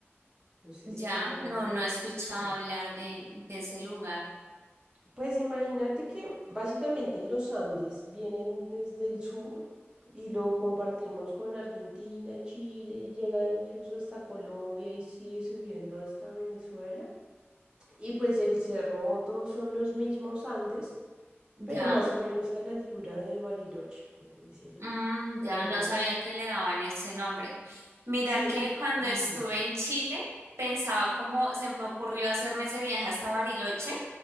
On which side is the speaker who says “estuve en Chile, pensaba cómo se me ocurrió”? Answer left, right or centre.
Right